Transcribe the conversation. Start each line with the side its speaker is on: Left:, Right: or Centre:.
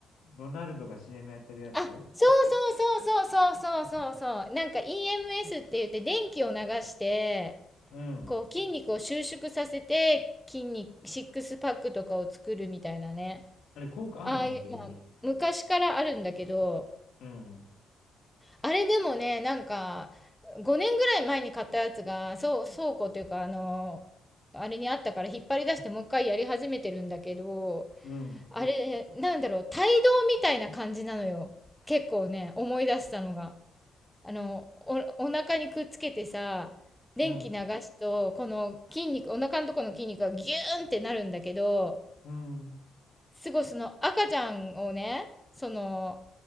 Left: ロナルドが CM やってるやつ
Centre: あ、そうそうそうそうそうそうそうそう。なんか EMS って言って電気を流して、
Left: うん。
Centre: こう筋肉を収縮させて筋肉、シックスパックとかを作るみたいなね。
Left: あれ効果あんの本当に。
Centre: ああいう、まあ、昔からあるんだけど、
Left: うん。
Centre: あれでもね、なんか5年ぐらい前に買ったやつが、そう、倉庫っていうか、あの、あれにあったから引っ張り出してもう一回やり始めてるんだけど、
Left: うん。
Centre: あれ、なんだろう、帯同みたいな感じなのよ。結構ね、思い出したのが。あの、お、お腹にくっつけてさ、電気流すと、
Left: うん。
Centre: この筋肉、お腹のとこの筋肉がギューンってなるんだけど、
Left: うん。
Centre: すごいその赤ちゃんをね、その、